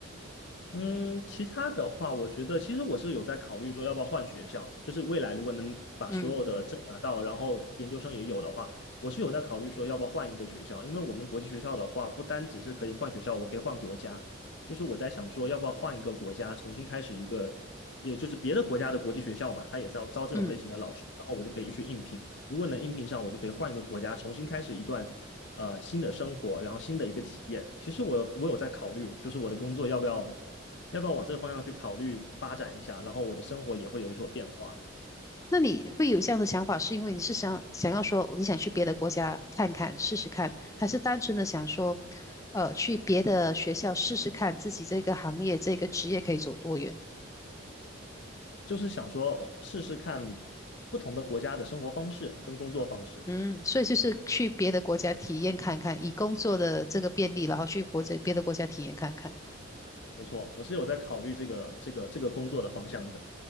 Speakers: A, on the left; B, on the left.
A: 嗯，其他的话，我觉得其实我是有在考虑说要不要换学校，就是未来如果能把所有的证拿到，
B: 嗯
A: 然后研究生也有的话，我是有在考虑说要不要换一个学校，因为我们国际学校的话，不单只是可以换学校，我可以换国家，就是我在想说要不要换一个国家，重新开始一个，也就是别的国家的国际学校嘛，它也是要招这种类型的老师，
B: 嗯，
A: 然后我就可以去应聘，如果能应聘上，我就可以换一个国家，重新开始一段。呃，新的生活，然后新的一个体验。其实我我有在考虑，就是我的工作要不要要不要往这个方向去考虑发展一下？然后我的生活也会有所变化，
B: 那你会有这样的想法，是因为你是想想要说你想去别的国家看看试试看，还是单纯的想说，呃，去别的学校试试看自己这个行业这个职业可以走多远？
A: 就是想说试试看不同的国家的生活方式跟工作方式。
B: 嗯，所以就是去别的国家体验看看，以工作的这个便利，然后去国家别的国家体验看看。
A: 没错，我是有在考虑这个这个这个工作的方向的，